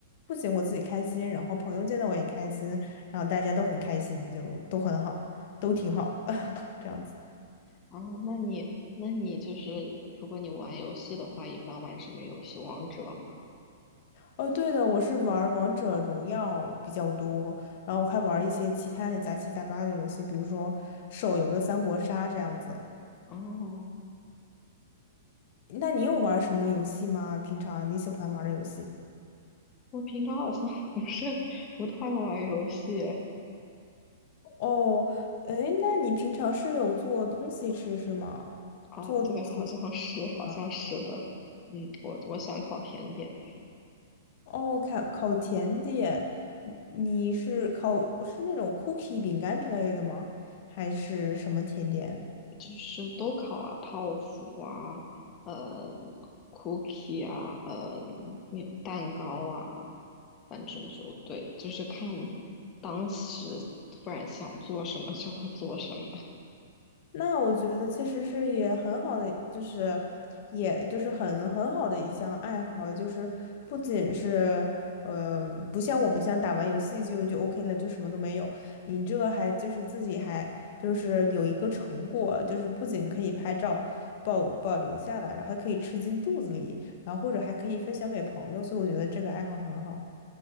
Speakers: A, on the left; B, on the left.
A: 不仅我自己开心，然后朋友见到我也开心，然后大家都很开心，就都很好，都挺好，<laughs> 这样子。
B: 啊。那你，那你就是如果你玩游戏的话，一般玩什么游戏？王者吗？
A: 哦，对的，我是玩儿王者荣耀比较多，然后我还玩儿一些其他的杂七杂八的游戏，比如说手游的三国杀这样子。
B: 哦，
A: 那你有玩什么游戏吗？平常你喜欢玩的游戏？
B: 我平常好像 <laughs> 不是不太玩游戏。
A: 哦，诶，那你平常是有做东西吃是吗？
B: 哦，
A: 做东西吃
B: 对，好像是，好像是的。
A: 吗
B: 嗯，我我想烤甜点，
A: 哦，烤烤甜点，你你是烤是那种 cookie 饼干之类的吗？还是什么甜点？
B: 就是都烤啊，泡芙啊，呃，cookie 啊，呃，面蛋糕啊，反正就对，就是看当时突然想做什么就会做什么。
A: 那我觉得其实是也很好的，就是也就是很很好的一项爱好，就是不仅是呃，不像我们像打完游戏就就 OK 了，就什么都没有。你这还就是自己还就是有一个成果，就是不仅可以拍照保保留下来，然后还可以吃进肚子里，然后或者还可以分享给朋友，所以我觉得这个爱好很好。